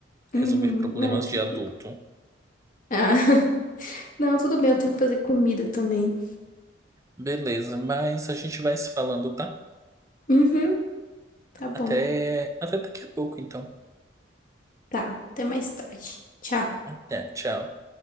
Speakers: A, on the left; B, on the right.
A: Uhum,
B: Resolver problemas
A: não, é tranquilo.
B: de adulto.
A: Ah, <laughs> não, tudo bem, eu tenho que fazer comida também.
B: Beleza, mas a gente vai se falando, tá?
A: Uhum, tá bom.
B: Até, até daqui a pouco, então.
A: Tá, até mais tarde. Tchau.
B: Até, tchau.